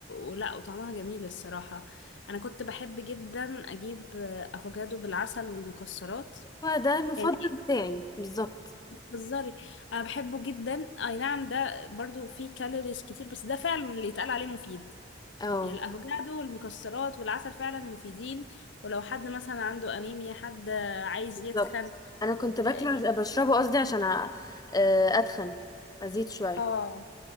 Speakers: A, on the left; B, on the left.
A: ولا وطعمها جميل الصراحة أنا كنت بحب جدا أجيب آه، أفوكادو بالعسل والمكسرات
B: هو ده المفضل
A: يعني
B: بتاعي بالظبط
A: بتهزري أنا بحبه جدا أي نعم ده برضو فيه كالوريز كتير بس ده فعلا اللي يتقال عليه مفيد
B: اه
A: يعني الأفوكادو والمكسرات والعسل فعلا مفيدين ولو حد مثلا عنده أنيميا حد عايز
B: بالظبط
A: يتخن
B: انا كنت باكله
A: آه،
B: بشربه قصدي عشان أ- آه، اتخن ازيد شويه
A: اه